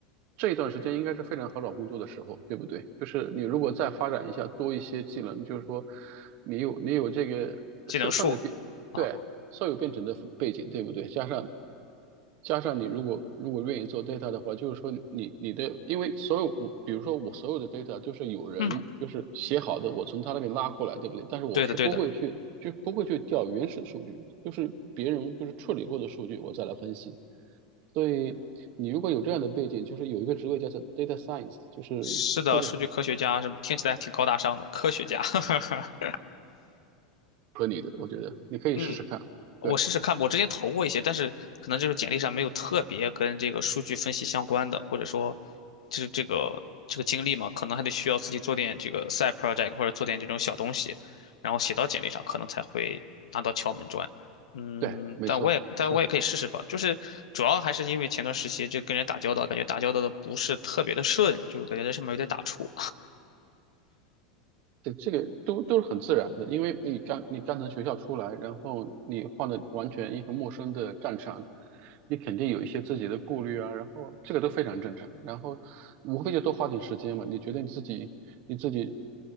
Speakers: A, on the right; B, on the left.
A: 这一段时间应该是非常好找工作的时候，对不对？就是你如果再发展一下，多一些技能，就是说你有你有这个是算是比对所有编程的背景，
B: 技能树啊，
A: 对不对？加上加上你如果如果愿意做 data 的话，就是说你你的，因为所有我比如说我所有的 data 就是有人就是写好的，
B: 嗯，
A: 我从他那边拉过来，对不对？但是我是不会去就不会去调原始数据，
B: 对的对的，
A: 就是别人就是处理过的数据，我再来分析。所以你如果有这样的背景，就是有一个职位叫做 data science，就是特别
B: 是的，数据科学家什么听起来还挺高大上的，科学家，<laughs>
A: 合你的，我觉得你可以试试看。
B: 嗯，我试试看吧我之前投过一些，
A: 对
B: 但是可能就是简历上没有特别跟这个数据分析相关的，或者说，就是这个这个经历嘛，可能还得需要自己做点这个 side project 或者做点这种小东西，然后写到简历上，可能才会拿到敲门砖。嗯，
A: 对，没错，
B: 但我也但我也可以试试吧。
A: 是。
B: 就是主要还是因为前段时期就跟人打交道，感觉打交道的不是特别的顺，就感觉在上面有点打怵。
A: 对，这个都都是很自然的，因为你刚你刚从学校出来，然后你换了完全一个陌生的战场，你肯定有一些自己的顾虑啊，然后这个都非常正常，然后无非就多花点时间嘛。你觉得你自己你自己